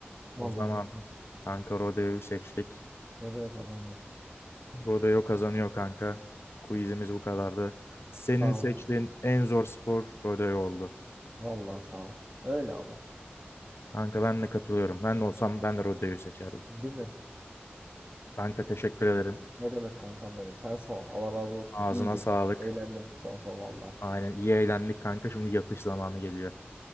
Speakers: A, on the right; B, on the left.
A: Vallahi
B: O zaman
A: net Rodeo.
B: kanka rodeoyu seçtik.
A: Rodeo kazandı.
B: Rodeo kazanıyor kanka. Quizimiz bu kadardı. Senin
A: Sağ
B: seçtiğin
A: ol kanka.
B: en zor spor rodeo oldu.
A: Vallahi sağ ol. Öyle ama.
B: Kanka ben de katılıyorum. Ben de olsam ben de rodeoyu seçerdim.
A: Değil mi?
B: Kanka teşekkür ederim.
A: Ne demek kankam benim? Sen sağ ol. Allah razı olsun.
B: Ağzına
A: İyiydi.
B: sağlık.
A: Eğlendim son son valla.
B: Aynen iyi eğlendik kanka. Şimdi yatış zamanı geliyor.